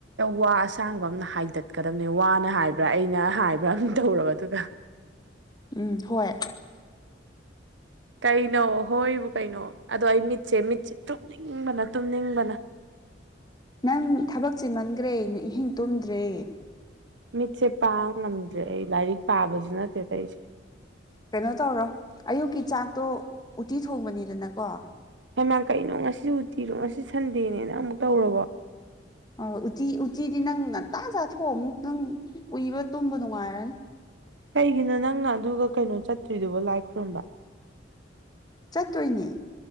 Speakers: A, on the right; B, on the left.
A: ꯋꯥ ꯑꯁꯥꯡꯕ ꯑꯃꯅ ꯍꯥꯏꯗꯠꯀꯗꯕꯅꯦ ꯋꯥꯅ ꯍꯥꯏꯕ꯭ꯔꯥ ꯑꯩꯅ ꯍꯥꯏꯕ꯭ꯔꯥ ꯑꯝ ꯇꯧꯔꯕ ꯑꯗꯨꯒ
B: ꯎꯝ ꯍꯣꯏ
A: ꯀꯩꯅꯣ ꯍꯣꯏꯕꯨ ꯀꯩꯅꯣ ꯑꯗꯣ ꯑꯩ ꯃꯤꯠꯁꯦ ꯃꯤꯠꯁꯦ ꯇꯨꯝꯅꯤꯡꯕꯅ ꯇꯨꯝꯅꯤꯡꯕꯅ
B: ꯅꯪ ꯊꯕꯛ ꯆꯦꯃꯟꯈ꯭ꯔꯦꯪ ꯑꯍꯤꯡ ꯇꯨꯝꯗ꯭ꯔꯦ
A: ꯃꯤꯠꯁꯦ ꯄꯥꯡꯕ ꯉꯝꯗ꯭ꯔꯦ ꯑꯩ ꯂꯥꯏꯔꯤꯛ ꯄꯥꯕꯁꯨ ꯅꯠꯇꯦ ꯇꯧꯏꯁꯦ
B: ꯀꯩꯅꯣ ꯇꯧꯔꯣ ꯑꯌꯨꯛꯀꯤ ꯆꯥꯛꯇꯣ ꯎꯇꯤ ꯊꯣꯡꯕꯅꯤꯗꯅꯀꯣ
A: ꯍꯩꯃꯥ ꯀꯩꯅꯣ ꯉꯁꯤ ꯎꯇꯤꯔꯣ ꯉꯁꯤ ꯁꯟꯗꯦꯅꯦꯅ ꯑꯃꯨꯛ ꯇꯧꯔꯕꯣ
B: ꯑꯣ ꯎꯇꯤ ꯎꯇꯤꯗꯤ ꯅꯪ ꯉꯟꯇꯥ ꯆꯥꯊꯣꯛ ꯑꯃꯨꯛ ꯇꯨꯝ ꯎꯏꯕ ꯇꯨꯝꯕ ꯅꯨꯡꯉꯥꯏꯔꯅꯤ
A: ꯀꯩꯒꯤꯅꯣ ꯅꯪꯅ ꯑꯗꯨꯒ ꯀꯩꯅꯣ ꯆꯠꯇꯔꯤꯗꯨꯕꯣ ꯂꯥꯏ ꯈꯨꯔꯨꯝꯕ
B: ꯆꯠꯇꯣꯏꯅꯦ